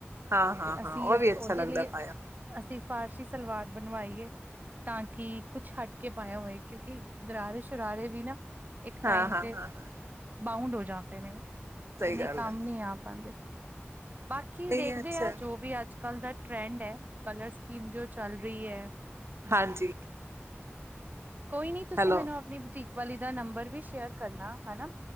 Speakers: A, on the right; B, on the right.
A: ਹਾਂ ਹਾਂ
B: ਤੇ ਅਸੀਂ
A: ਹਾਂ ਉਹ
B: ਇਸ
A: ਵੀ ਅੱਛਾ
B: ਓਦੇ
A: ਲੱਗਦਾ
B: ਲਈ
A: ਪਾਇਆ
B: ਅਸੀਂ ਫਾਰਸ਼ੀ ਸਲਵਾਰ ਬਣਵਾਈਏ। ਤਾਂ ਕਿ ਕੁੱਛ ਹਟ ਕੇ ਪਾਇਆ ਹੋਏ ਕਿਉਂਕਿ ਗਰਾਰੇ ਸ਼ਰਾਰੇ ਵੀ ਨਾ ਇੱਕ
A: ਹਾ
B: ਟਾਈਮ
A: ਹਾ
B: ਤੇ
A: ਹਾ ਹਾ
B: ਬਾਊਂਡ ਹੋ ਜਾਂਦੇ ਨੇ ਇੰਨੇ
A: ਗੱਲ
B: ਕੰਮ
A: ਹੈ
B: ਨੀ ਆ ਪਾਂਦੇ ਬਾਕੀ
A: ਨਹੀਂ
B: ਦੇਖਦੇ
A: ਅੱਛਾ
B: ਆ ਜੋ ਵੀ ਅੱਜ ਕੱਲ ਦਾ ਟਰੈਂਡ ਐ ਕਲਰ ਸਕੀਮ ਜੋ ਚੱਲ ਰੀ ਐ
A: ਹਾਂਜੀ।
B: ਕੋਈ ਨੀ ਤੁਸੀਂ
A: ਹੈਲੋ
B: ਮੈਨੂੰ ਆਪਣੀ ਬੁਟੀਕ ਵਾਲੀ ਦਾ ਨੰਬਰ ਵੀ ਸ਼ੇਅਰ ਕਰਨਾ ਹਨਾਂ।